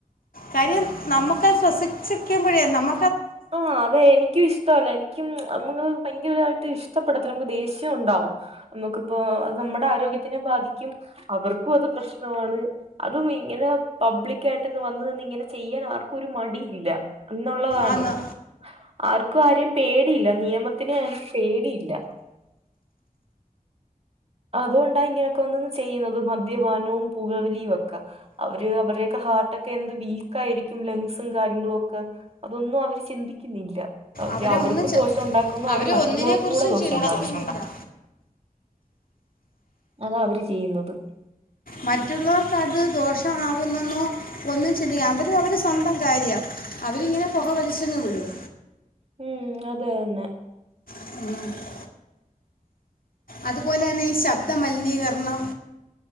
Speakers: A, on the left (about 85°); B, on the right (about 45°).
A: കാര്യം നമ്മക്കത് ശ്വസിച്ച് ഇക്ക്യുമ്പഴേ നമ്മ
B: ആഹ് അതെ എനിക്യുഷ് ഇഷ്ടല്ല എനിക്കും <unintelligible> ഭയങ്കരവായിട്ട് ഇഷ്ടപ്പെടത്തില്ല നമക്ക് ദേഷ്യംണ്ടാവും നമുക്കിപ്പോ നമ്മുടെ ആരോഗ്യത്തിനെ ബാധിക്കും അവർക്കും അത് പ്രശ്ന വാണ്. അതും ഇങ്ങനെ പബ്ലിക്ക ആയിട്ട് ഇന്ന് വന്ന് നിന്ന് ഇങ്ങനെ ചെയ്യാൻ ആർക്കും ഒരു മടിയില്ല എന്നുള്ളതാണ്
A: ആന്ന്
B: ആർക്കും ആരെയും പേടിയില്ല നിയമത്തിന് ആരിം പേടിയില്ല അതുകൊണ്ടാ ഇങ്ങനെ ഒക്കെ വന്നന്ന് ചെയ്യുന്നത്. മദ്യപാനവും പൂകവലിയും ഒക്കെ അവര് അവരുടെയൊക്കെ ഹാർട്ടൊക്കെ എന്ത് വീക്ക് ആയിരിക്കും ലങ്സും കാര്യങ്ങളു ഒക്കെ അതൊന്നും അവര് ചിന്തിക്കുന്നില്ല അവ <unintelligible>
A: അവരെ
B: അവർക്കും
A: ഒന്നും ചെ-
B: ദോഷൊ ഉണ്ടാക്കുന്നു. അവർ
A: അവരെ
B: മറ്റുള്ളവർക്കും
A: ഒന്നിനെ കുറിച്ചും
B: കൂടെ ദോഷം
A: ചിന്തിക്കുന്നില്ല
B: ഉണ്ടാക്കുന്നു അതാ അവര് ചെയ്യുന്നത്
A: മറ്റുള്ളവർക്ക് അത് ദോഷമാവുന്നൊന്നും ഒന്നും ചിന് അവര് അവര് സ്വന്തം കാര്യം. അവരിങ്ങനെ പൊകവലിച്ചങ്ങ് വിടും
B: ഉം അത് തന്നെ
A: ഉം അതുപോലെ തന്നെ ഈ ശബ്ദ മലിനീകര്ണം